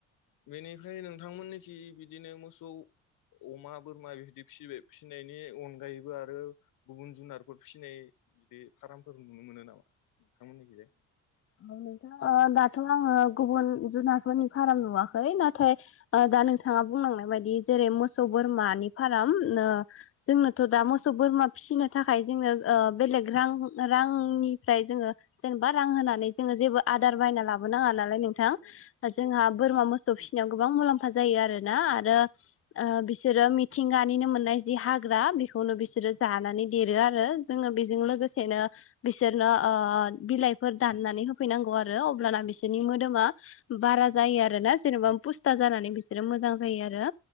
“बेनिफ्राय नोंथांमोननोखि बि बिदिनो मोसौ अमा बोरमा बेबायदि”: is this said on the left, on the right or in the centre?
Left